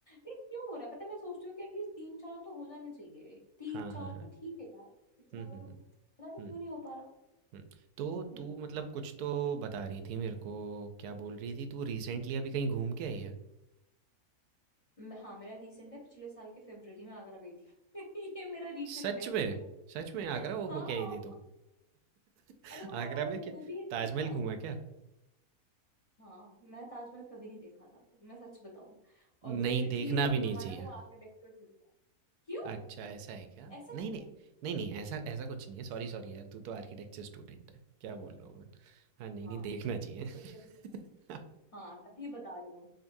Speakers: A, on the left; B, on the right.
A: ये क्यों हो रहा है पता है मैं सोचती हूँ कि एटलीस्ट तीन चार तो हो जाने चाहिए तीन
B: हाँ,
A: चार
B: हाँ, हाँ।
A: तो ठीक है यार इतना
B: हुँ,
A: गर्म
B: हुँ, हुँ।
A: पता नहीं
B: हुँ,
A: क्यों नहीं हो पा रहा
B: हुँ। तो
A: हम्म
B: तू मतलब कुछ तो बता रही थी मेरे को, क्या बोल रही थी तू रिसेंटली अभी कहीं घूम के आई है?
A: मैं- हाँ मेरा रीसेंट है पिछले साल के फरवरी में आगरा गई थी <laughs> ये मेरा रीसेंट
B: सच
A: है
B: में? सच में
A: <laughs>
B: आगरा ओ
A: हाँ
B: हो के आई थी तू? <laughs>
A: अरे वो हमारा
B: आगरा में
A: वो
B: क्या
A: वो भी एक
B: ताजमहल
A: ट्रिप था
B: घूमा क्या?
A: हाँ मैं ताजमहल कभी नहीं देखा था मैं सच बताऊं
B: नहीं,
A: और दूसरी
B: देखना
A: चीज
B: भी नहीं
A: हमारा
B: चाहिए।
A: वो आर्किटेक्चर ट्रिप था क्यों
B: अच्छा, ऐसा है क्या?
A: ऐसा
B: नहीं,
A: क्यों
B: नहीं। नहीं, नहीं ऐसा ऐसा कुछ नहीं है। सॉरी, सॉरी यार तू तो आर्किटेक्चर स्टूडेंट है। क्या बोल रहा हूँ मैं। हाँ, नहीं,
A: हाँ
B: नहीं देखना चाहिए। <laughs>
A: तो तभी बता हाँ तभी बता रही